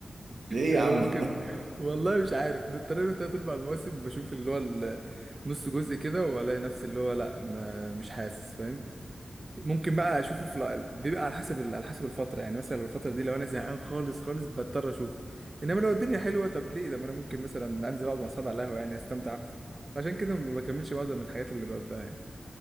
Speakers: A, on the right; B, on the right.
A: ايه
B: يعني
A: يا عم
B: ممكن والله مش عارف تقريبا تلات أرباع المواسم بشوف اللي هو ال- نص جزء كده وألاقي نفسي اللي هو لأ ما مش حاسس فاهم ممكن بقى أشوفه في الع- بيبقى على حسب ال- على حسب الفترة يعني مثلا لو الفترة دي لو أنا زهقان خالص خالص بضطر أشوفه إنما لو الدنيا حلوة طب ليه ده ما أنا ممكن مثلا أنزل أقعد مع أصحابي على القهوة يعني أستمتع أكتر عشان كده ما بكملش معظم الحاجات اللي ببدأها يعني